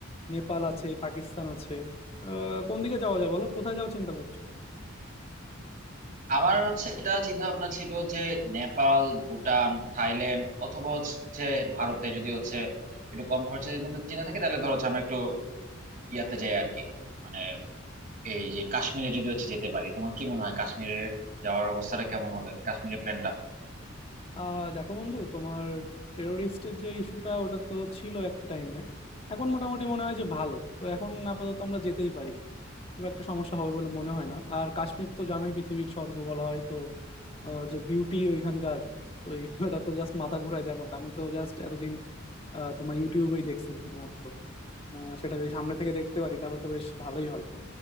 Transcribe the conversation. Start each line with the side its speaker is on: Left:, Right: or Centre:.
Left: নেপাল আছে পাকিস্তান আছে আহ, কোন দিকে যাওয়া যায় বলো কোথায় যাওয়ার চিন্তা করছো
Right: আমার হচ্ছে এটা চিন্তা ভাবনা ছিল যে নেপাল ভুটান থাইল্যান্ড অথবা হচ্ছে ভারতে যদি হচ্ছে একটু কম খরচের মধ্যে চিন্তা থাকে তাহলে ধরো হচ্ছে আমরা একটু ইয়াতে যাই আর কি মানে এই যে কাশ্মীরে যদি হচ্ছে যেতে পারি তোমার কি মনে হয় কাশ্মীরের যাওয়ার অবস্থাটা কেমন হবে কাশ্মীরের প্ল্যানটা
Left: আহ দেখো বন্ধু তোমার টেরোরিস্টের যে ইস্যুটা ওটা তো ছিল একটা টাইমে এখন মোটামুটি মনে হয় যে ভালো তো এখন আপাতত আমরা যেতেই পারি খুব একটা সমস্যা হবে বলে মনে হয় না আর কাশ্মীর তো জানোই পৃথিবীর স্বর্গ বলা হয় তো আহ, যে বিউটি ওইখানকার ওই ওটা তো জাস্ট মাথা ঘুরাই দেওয়ার মতো আমি তো জাস্ট এতদিন আহ, তোমার ইউটিউবেই দেখছি শুধুমাত্র আহ, সেটা যদি সামনে থেকে দেখতে পারি তাহলে তো বেশ ভালোই হয়